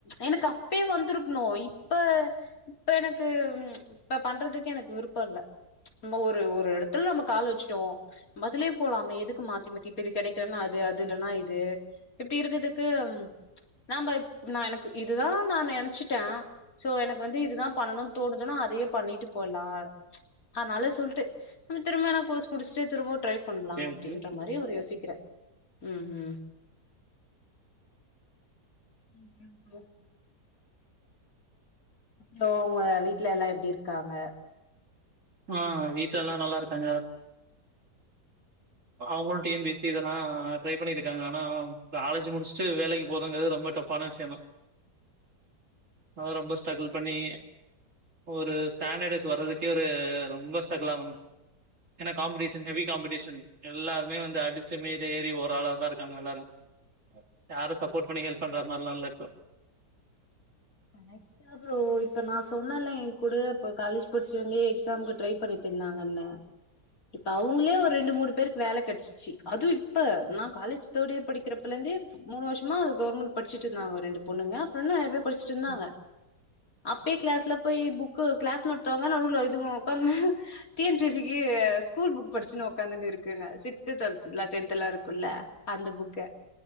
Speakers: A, on the left (about 55°); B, on the right (about 45°).
A: எனக்கு அப்பே வந்திருக்கணு இப்ப இப்ப எனக்கு இப்ப பண்றதுக்கு எனக்கு விருப்பொ இல்ல ம்ம ஒரு ஒரு எடத்துல நம்ம கால் வச்சுட்டோ மதுலே போலாமே எதுக்கு மாத்தி மாத்தி இப்ப இது கெடைக்கிலன்னா அது அது இல்லனா இது இப்டி இருக்கதுக்கு நாம நா எனக்கு இதுதா நா நெனைச்சுட்டே சோ எனக்கு வந்து இதுதா பண்ணணுன் தோணுதுன்னா அதையே பண்ணிட்டு போய்லா அதனால சொல்ட்டு நம்ம திரும்பல்லா கோர்ஸ் முடிச்ட்டு திரும்பவு ட்ரை பண்லா
B: ஓகே,
A: அப்டின்ற
B: ஓகே.
A: மாரி ஒரு யோசிக்குறே ம் ம் ம் ம் அப்றோ ஒங்க வீட்ல எல்லா எப்டி இருக்காங்க
B: ஆ வீட்ல எல்லா நல்லாருக்காங்க அவுங்களு T N P S C தானா ட்ரை பண்ணியிட்டுக்காங்க ஆனா காலேஜ் முடிச்சுட்டு வேலைக்கு போறதுங்கிறது ரொம்ப டஃப்பான விஷயந்தா அதா ரொம்ப ஸ்ட்ரகுள் பண்ணி ஒரு ஸ்டாண்டர்டுக்கு வர்றதுக்கே ஒரு ரொம்ப ஸ்ட்ரகுல் ஆகணு ஏனா காம்படிஷன் ஹெவி காம்படிஷன் எல்லாருமே வந்து அடிச்சு மேட ஏறி ஓராளாதா இருக்காங்க எல்லாரு யாரு சப்போர்ட் பண்ணி ஹெல்ப் பண்ற மார்லா இல்ல இப்போ
A: <inaudible> அப்றோ இப்ப நா சொன்னல்ல என் கூட இப்ப காலேஜ் படிச்சவங்க எக்ஸாம்க்கு ட்ரை பண்ணிட்டு இருந்தாங்கன்னு இப்போ அவ்ங்களே ஒரு ரெண்டு மூணு பேருக்கு வேல கெடைச்சிச்சு அதுவு இப்ப நா காலேஜ் தேடு இயர் படிக்கிறப்புலந்தே மூணு வருஷமா அது கவர்மெண்ட் படிச்ட்டு இருந்தாங்க ரெண்டு பொண்ணுங்க அப்புறென்ன நெறைய பேர் படிச்சிட்டு இருந்தாங்க
B: ம்.
A: அப்பேய கிளாஸ்ல போய் புக் கிளாஸ் நடத்துவங்க நடுல இதுவுங்க உக்காந்து T N P S C க்கு ஸ்கூல் புக் படிச்சுனு உக்காந்துன்ட்டு இருக்குங்க சிக்ஸ்த்து டுவெல்துக்லா டென்த்தலா இருக்குல்ல அந்த புக்க